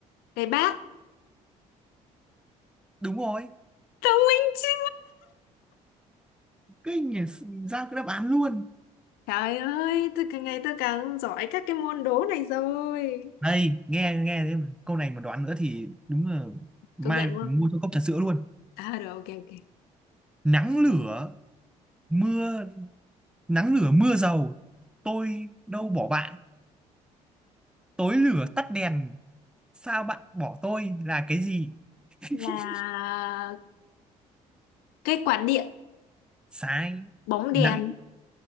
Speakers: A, on the left; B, in the centre.
A: cái bát
B: Đúng rồi.
A: thông minh chứ
B: Kinh nhỉ, ra cái đáp án luôn.
A: trời ơi tôi càng ngày tôi càng giỏi các cái môn đố này rồi
B: đây nghe nghe thế mà. câu này mà đoán nữa thì đúng là mai
A: công nhận luôn
B: mua cho cốc trà sữa luôn
A: à rồi ok ok
B: nắng lửa mưa nắng lửa mưa dầu tôi đâu bỏ bạn tối lửa tắt đèn sao bạn bỏ tôi là cái gì <laughs>
A: là cái quạt điện
B: sai
A: bóng
B: nắng
A: đèn